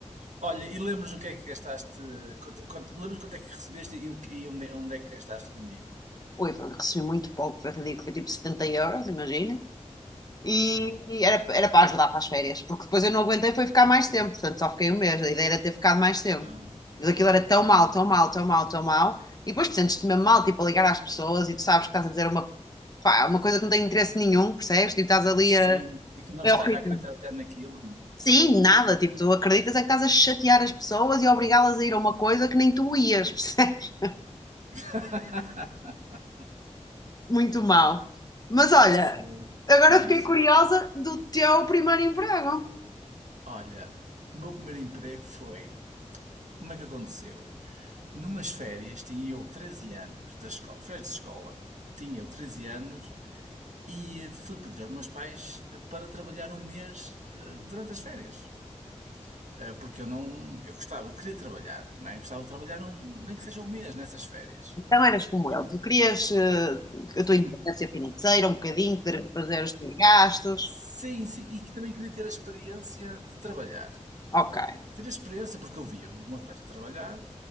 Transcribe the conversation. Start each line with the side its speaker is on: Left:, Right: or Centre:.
Right: Olha, e lembras o que é que gastaste? Quanto, quanto- lembras quanto é que recebeste e, o- e onde, é- onde é que gastaste o dinheiro?
Left: Ui, foi- recebi muito pouco, foi ridículo, foi tipo 70 euros, imagina. E
Right: Sim.
Left: era, era para ajudar para as férias, porque depois eu não aguentei, foi ficar mais tempo, portanto só fiquei um mês. A ideia era ter ficado mais tempo.
Right: Ah,
Left: Mas aquilo era tão mal, tão mal, tão mal, tão mal. E depois tu sentes-te mesmo mal, tipo, a ligar às pessoas e tu sabes que estás a dizer uma, pá, uma coisa que não tem interesse nenhum, percebes? Tipo, estás ali
Right: sim.
Left: a.
Right: E que não
Left: É
Right: estás
Left: horrível.
Right: a acreditar até naquilo, não é?
Left: Sim, nada, tipo, tu acreditas é que estás a chatear as pessoas e a obrigá-las a ir a uma coisa que nem tu ias, <laughs> percebes?
Right: <laughs>
Left: Muito mal. Mas olha,
Right: Foi.
Left: agora
Right: Diz.
Left: fiquei curiosa do teu primeiro emprego.
Right: Olha, o meu primeiro emprego foi. Como é que aconteceu? Numas férias, tinha eu 13 anos, da escola, férias de escola, tinha eu 13 anos e eh, fui pedir aos meus pais eh, para trabalhar um mês eh, durante as férias. Eh, Porque eu não, eu gostava, eu queria trabalhar, não é? Gostava de trabalhar um, nem que seja um mês nessas férias.
Left: Então eras como
Right: E,
Left: eu, tu querias eh, a tua
Right: e-
Left: independência financeira, um bocadinho, poder fazer os teus gastos.
Right: sim, sim, e que também queria ter a experiência de trabalhar.
Left: Ok.
Right: Tive a experiência porque eu via os meus pais a trabalhar,